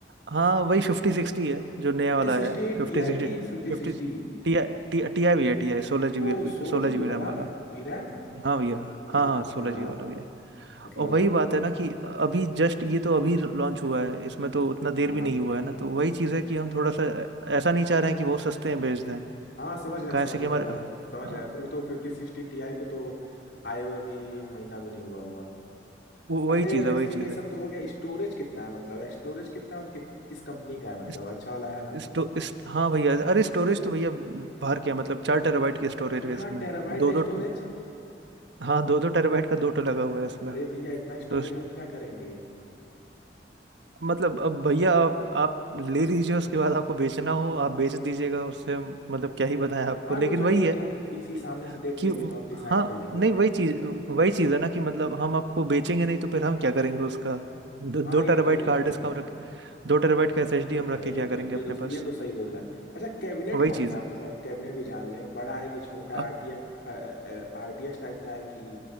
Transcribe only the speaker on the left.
Fifty
sixty
टी
आई की फिफ्टी
सिक्सटी
ओ सोलह
जीबी
वाला
V RAM
अरे
भैया
मतलब
हाँ
हाँ
हाँ।
हाँ समझ रहे
हैं समझ
रहे
हैं मतलब
समझ रहे हैं अभी तो फिफ्टी सिक्सटी टीआई को तो आए हुए अभी एक महीना भी नहीं हुआ होगा
अच्छा ये
वजह
से ये
सब
तो हो गया स्टोरेज कितना है मतलब स्टोरेज कितना है और कि, किस कंपनी का है मतलब
अच्छा वाला है ना
चार
टेराबाइट
का स्टोरेज
अरे भैया इतना
स्टोरेज
हम क्या करेंगे
हाँ
तो चलिए
वो
तो हम पीसी सामने
से देख
लेंगे तो हम डिसाइड
कर लेंगे
हाँ
ये तो है
ये
तो
है
ये
तो
है
ये
तो
है ये
तो
ये तो सही बोल रहा है अच्छा कैबिनेट
कौन
सा है
मतलब कैबिनेट भी जान लें बड़ा है कि छोटा
आरटीएक्स आरटीएक्स टाइप का है कि